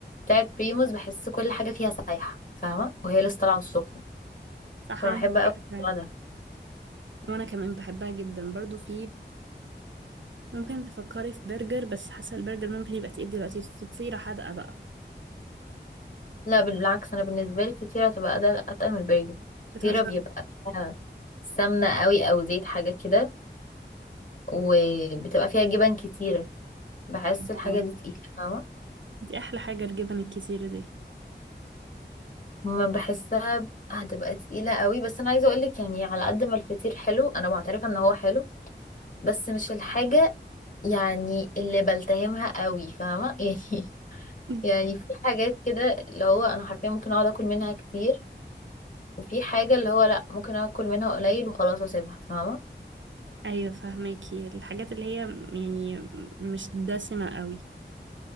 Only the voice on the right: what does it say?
صح
عندك
حق
فعلا
وأنا كمان بحبها جدا برضو في ممكن تفكري في برجر بس حاسة البرجر ممكن يبقى تقيل دلوقتي في فطيرة حادقة بقى
بتهزري
آه،
دي أحلى حاجة الجبن الكتيرة دي
<laughs>
أيوة فهماكي الحاجات اللي هي يعني مش دسمة قوي